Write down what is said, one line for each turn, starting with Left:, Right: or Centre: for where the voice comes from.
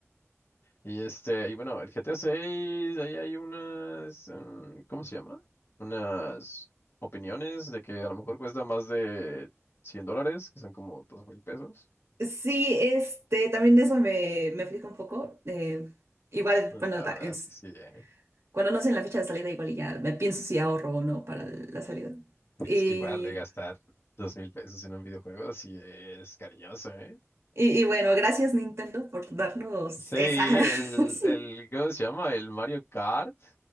Left: Y este, y bueno, el GTA 6, ahí hay unas, em, ¿cómo se llama? Unas opiniones de que a lo mejor cuesta más de 100 dólares, que son como dos mil pesos.
Right: Sí, este, también de eso me, me aflige un poco. eh, igual,
Left: Pues,
Right: bueno,
Left: La
Right: ta-
Left: verdad
Right: es-
Left: es que sí, ¿eh?
Right: cuando no sé en la fecha de salida, igual y ya me pienso si ahorro o no para la salida.
Left: Pero
Right: Y,
Left: es que igual eh, gastar dos mil pesos en un videojuego sí es cariñoso, ¿eh?
Right: y, y bueno, gracias Nintendo por darnos
Left: Sí,
Right: esa.
Left: el,
Right: <laughs>
Left: el, ¿cómo se llama? El Mario Kart.